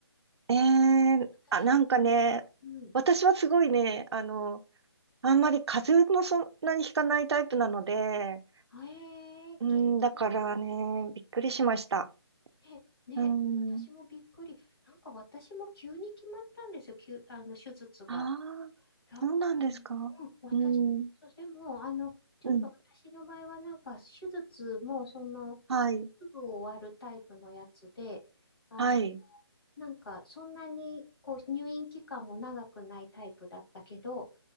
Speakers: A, on the right; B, on the left.
A: えー、
B: 私、
A: あ、なんかね、
B: うん。
A: 私はすごいね、あの、あんまり風邪もそんなにひかないタイプなので、
B: あえー、
A: うん、
B: 健康。
A: だからね、びっくりしました。
B: ね、ね、
A: うん。
B: 私もびっくり。なんか私も急に決まったんですよ。急、あの、手術が。
A: ああ。
B: だから、
A: そうなんですか
B: うん、私、
A: うん、
B: そう、でも、あの、ちょっと私の場合は、
A: うん、
B: なんか、手術も、その、
A: はい、
B: すぐ終わるタイプのやつで、あ、
A: はい、
B: なんか、そんなに、こう、入院期間も長くないタイプだったけど、